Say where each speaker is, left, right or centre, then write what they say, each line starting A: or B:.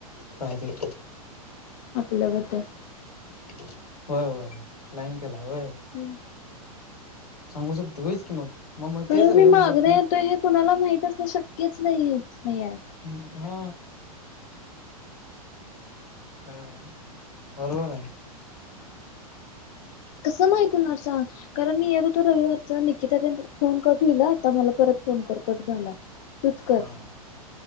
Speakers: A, on the left; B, on the left.
A: काय ते?
B: आपल्याबद्दल
A: होय, होय, होय, लाईन केला होय?
B: हम्म
A: सांगू शकतोय, होईच की मग, मग मग
B: कारण
A: तेच रे
B: मी मागण
A: मग वाटलं
B: येतोय हे कुणाला माहित असण शक्यच नाही आहे.
A: ह्, हा व्हय, बरोबर आहे. <inaudible>
B: कसं माहित हुंणार सांग, कारण मी येत होतो रविवारच हीथ पण, फोन कट होईल आता मला परत फोन कर, कट झाला तूच कर
A: हा